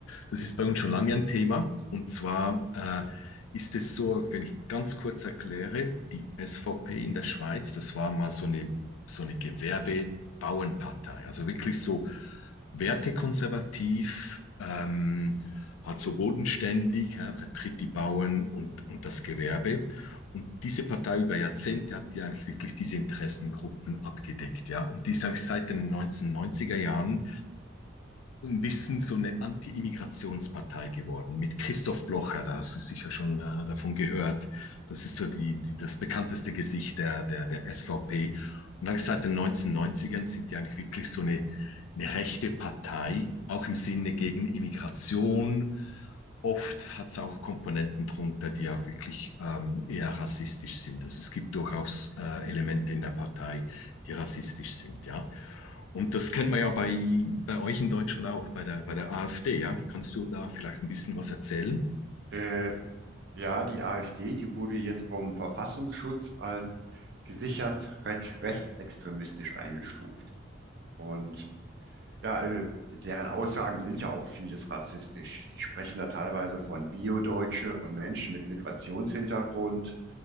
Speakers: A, on the left (about 90°); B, on the right (about 55°).
A: das ist bei uns schon lange ein Thema. Und zwar äh, ist es so, wenn ich ganz kurz erkläre, die SVP in der Schweiz, das war mal so eine, so eine Gewerbebauernpartei, also wirklich so wertekonservativ, ähm, halt so bodenständig, ja, vertritt die Bauern und, und das Gewerbe. Und diese Partei über Jahrzehnte hat ja eigentlich wirklich diese Interessengruppen abgedeckt, ja. Und die ist eigentlich seit den 1990er Jahren ein bisschen so eine Anti-Immigrationspartei geworden mit Christoph Blocher. Da hast du sicher schon äh, davon gehört. Das ist so die, die, das bekannteste Gesicht der, der, der SVP. Und eigentlich seit den 1990ern sind die eigentlich wirklich so eine, eine rechte Partei, auch im Sinne gegen Immigration. Oft hat es auch Komponenten drunter, die auch wirklich ähm, eher rassistisch sind. Also es gibt durchaus äh, Elemente in der Partei, die rassistisch sind, ja. Und das kennt man ja bei, bei euch in Deutschland auch, bei der, bei der AfD, ja. Kannst du da vielleicht ein bisschen was erzählen?
B: Äh, ja, die AfD, die wurde jetzt vom Verfassungsschutz als gesichert recht, rechtsextremistisch eingestuft. Und ja, äh, deren Aussagen sind ja auch vieles rassistisch. Die sprechen da teilweise von Biodeutsche und Menschen mit Migrationshintergrund